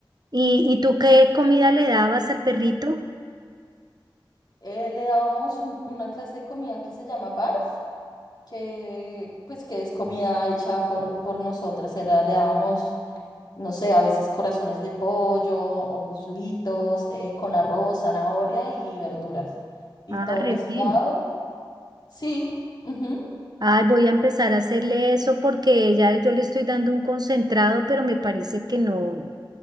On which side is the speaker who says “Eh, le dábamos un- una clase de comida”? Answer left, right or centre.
Left